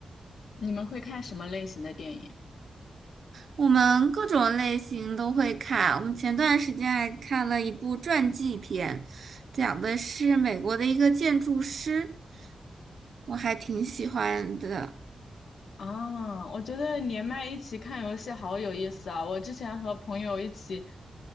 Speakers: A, on the left (about 70°); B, on the right (about 55°).
A: 你们会看什么类型的电影？
B: 我们各种类型都会看。我们前段时间还看了一部传记片，讲的是美国的一个建筑师，我还挺喜欢的。
A: 啊，我觉得连麦一起看游戏好有意思啊！我之前和朋友一起